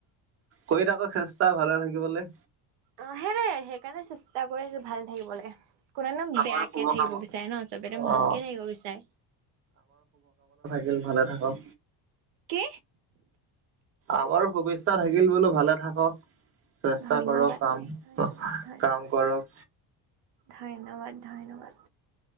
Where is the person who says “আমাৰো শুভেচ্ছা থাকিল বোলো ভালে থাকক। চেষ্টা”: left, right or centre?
Right